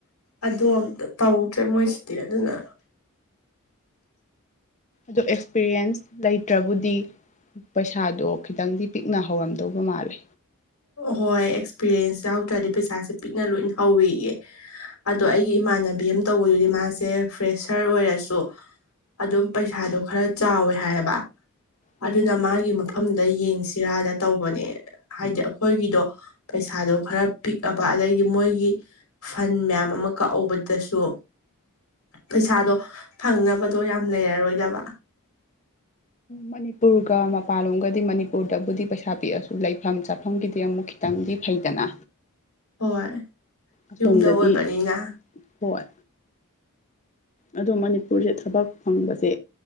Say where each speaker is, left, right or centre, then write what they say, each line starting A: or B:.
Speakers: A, on the left; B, on the left.
A: ꯑꯗꯣ ꯑꯝꯇ ꯇꯧꯗ꯭ꯔꯦ ꯃꯣꯏꯁꯤꯗꯤ ꯑꯗꯨꯅ
B: ꯇꯨ ꯑꯦꯛꯁꯄꯤꯔꯤꯌꯦꯟꯁ ꯂꯩꯇ꯭ꯔꯕꯨꯗꯤ ꯄꯩꯁꯥꯗꯣ ꯈꯤꯇꯪꯗꯤ ꯄꯤꯛꯅ ꯍꯧꯔꯝꯗꯧꯕ ꯃꯥꯜꯂꯦ
A: ꯍꯣꯏ ꯑꯦꯛꯁꯄꯤꯔꯌꯦꯟꯁ ꯍꯧꯗ꯭ꯔꯗꯤ ꯄꯩꯁꯥꯁꯦ ꯄꯤꯛꯅ ꯂꯣꯏꯅ ꯍꯧꯋꯦꯌꯦ ꯑꯗꯣ ꯑꯩꯒꯤ ꯏꯃꯥꯟꯅꯕꯤ ꯑꯃ ꯇꯧꯕꯗꯨꯗꯤ ꯃꯥꯁꯦ ꯐ꯭ꯔꯦꯁꯔ ꯑꯣꯏꯔꯁꯨ ꯑꯗꯨꯝ ꯄꯩꯁꯥꯗꯣ ꯈꯔ ꯆꯥꯎꯋꯦ ꯍꯥꯏꯌꯦꯕ
B: ꯎꯝ
A: ꯑꯗꯨꯅ ꯃꯥꯒꯤ ꯃꯐꯝꯗ ꯌꯦꯡꯁꯤꯔꯥꯗ ꯇꯧꯕꯅꯦ ꯍꯥꯏꯗꯤ ꯈꯣꯏꯒꯤꯗꯣ ꯄꯩꯁꯥꯗꯣ ꯈꯔ ꯄꯤꯛꯑꯕ ꯑꯗꯒꯤ ꯃꯣꯏꯒꯤ ꯐꯟ ꯃꯌꯥꯝ ꯑꯃ ꯀꯛꯍꯧꯕꯗꯁꯨ ꯄꯩꯁꯥꯗꯣ ꯐꯪꯅꯕꯗꯣ ꯌꯥꯝ ꯂꯩꯔꯔꯣꯏꯗꯕ
B: ꯃꯅꯤꯄꯨꯔꯒ ꯃꯄꯥꯟꯂꯣꯝꯒꯗꯤ ꯃꯅꯤꯄꯨꯔꯗꯕꯨꯗꯤ ꯄꯩꯁꯥ ꯄꯤꯛꯑꯁꯨ ꯂꯩꯐꯝ ꯆꯥꯐꯝꯒꯤꯗꯤ ꯑꯃꯨꯛ ꯇꯪꯗꯤ ꯐꯩꯗꯅ
A: ꯍꯣꯏ
B: ꯑꯁꯣꯝꯗꯗꯤ
A: ꯌꯨꯝꯗ ꯑꯣꯏꯕꯅꯤꯅ
B: ꯍꯣꯏ ꯑꯗꯣ ꯃꯅꯤꯄꯨꯔꯖꯦ ꯊꯕꯛ ꯐꯪꯕꯖꯦ